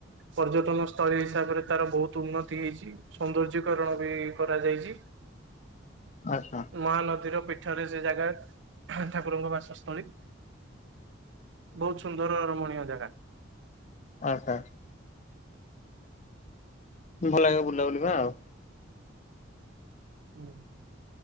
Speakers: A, on the right; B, on the left.
A: ପର୍ଯ୍ୟଟନ ସ୍ଥଳୀ ହିସାବରେ ତାର ବହୁତ ଉନ୍ନତି ହେଇଛି। ସୌନ୍ଦର୍ଯ୍ୟକରଣ ବି କରାଯାଇଛି
B: ଆଚ୍ଛା
A: ମହାନଦୀର ପୀଠରେ ସେ ଜାଗା। ଠାକୁରଙ୍କ ବାସସ୍ଥଳୀ ବହୁତ ସୁନ୍ଦର ରମଣୀୟ ଜାଗା।
B: ଆଛା ଆଛା <unintelligible> ଭଲ ଲାଗେ ବୁଲା ବୁଲିବା ଆଉ।
A: ହୁଁ <inaudible>